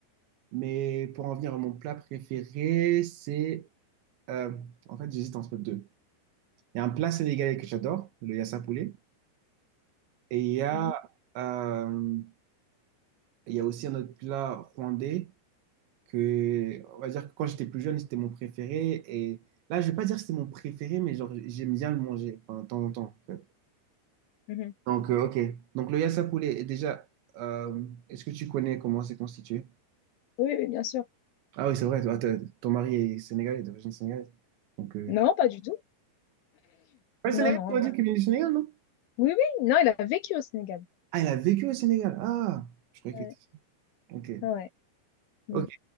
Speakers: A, on the right (about 75°); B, on the left (about 85°).
A: Mais pour en venir à mon plat préféré, c'est... euh, en fait, j'hésite entre deux. Il y a un plat sénégalais que j'adore, le yassa poulet. Et il y a,
B: Mhm.
A: euh, il y a aussi un autre plat rwandais que, on va dire que quand j'étais plus jeune, c'était mon préféré. Et là, je vais pas dire que c'était mon préféré, mais genre, j'aime bien le manger, enfin, de temps en temps, en fait.
B: Mhm.
A: Donc, euh, ok. Donc, le yassa poulet, et déjà, euh, est-ce que tu connais comment c'est constitué?
B: Oui, oui, bien sûr.
A: Ah oui, c'est vrai, toi, t'as- ton mari est sénégalais, d'origine sénégalaise. Donc, euh...
B: Non, pas du tout.
A: Ouais, Sénégal,
B: Non, non,
A: tu m'as
B: non.
A: dit qu'il vient du Sénégal, non?
B: Oui, oui, non, il a vécu au Sénégal.
A: Ah, elle a vécu au Sénégal. Ah, je croyais
B: Ouais.
A: que... Ok,
B: Ouais. Mhm.
A: ok.